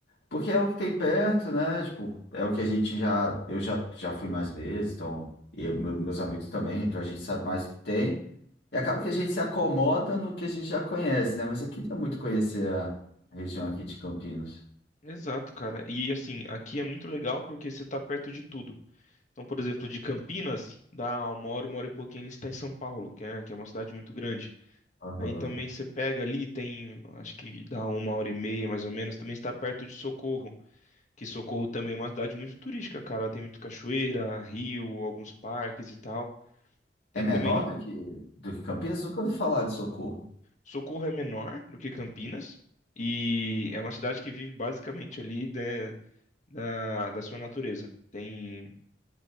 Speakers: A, on the left (about 70°); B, on the left (about 45°).
A: porque é o que tem perto, né? Tipo, é o que a gente já. Eu já, já fui mais vezes, então. Eu, meu- meus amigos também, então a gente sabe mais o que tem. E acaba que a gente se acomoda no que a gente já conhece, né? Mas eu queria muito conhecer a região aqui de Campinas.
B: Exato, cara. E assim, aqui é muito legal porque você tá perto de tudo. Então, por exemplo, de Campinas, dá uma hora, uma hora e pouquinho, ele está em São Paulo, que é, que é uma cidade muito grande.
A: Aham.
B: Aí também você pega ali, tem, acho que dá uma hora e meia, mais ou menos, também está perto de Socorro, que Socorro também é uma cidade muito turística, cara. Tem muito cachoeira, rio, alguns parques e tal.
A: É
B: Tem
A: menor
B: também,
A: do que, do que Campinas? Nunca ouvi falar de Socorro.
B: Socorro é menor do que Campinas, e é uma cidade que vive basicamente ali, né, da, da sua natureza. Tem